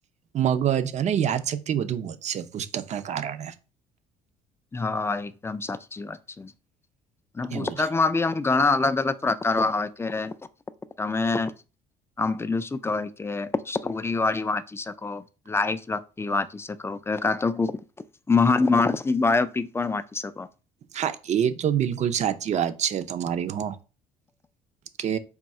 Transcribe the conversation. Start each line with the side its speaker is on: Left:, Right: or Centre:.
Right: મગજ અને યાદશક્તિ બધું વધશે પુસ્તકના કારણે
Left: હા એકદમ સાચી વાત છે અને પુસ્તકમાં
Right: એવું છે
Left: બી આમ ઘણા અલગ અલગ અલગ પ્રકારો આવ છે તમે આમ પેલું શું કહેવાય કે સ્ટોરીવાળી વાંચી શકો લાઈફ લગતી વાંચી શકો કાતો કોક મહાન માણસ એ બાયોપીક પણ વાંચી શકો
Right: હા એ તો બિલકુલ સાચી વાત છે તમારી હો કે